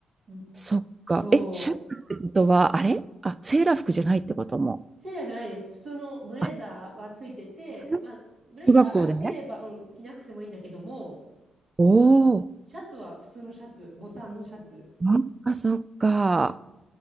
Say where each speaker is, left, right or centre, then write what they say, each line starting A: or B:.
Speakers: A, on the right; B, on the right.
A: ん
B: そっか。
A: そう。
B: え、シャツってことは、あれあ、セーラー服じゃないってことも。
A: セーラーじゃないです。普通のブレザーはついてて、
B: あ、そういう
A: まあ、ブレザー暑ければ、
B: 中学校でね。
A: うん、着なくてもいいんだけども、
B: おお、
A: シャツは普通のシャツ、ボタンのシャツ。
B: なんかそっか。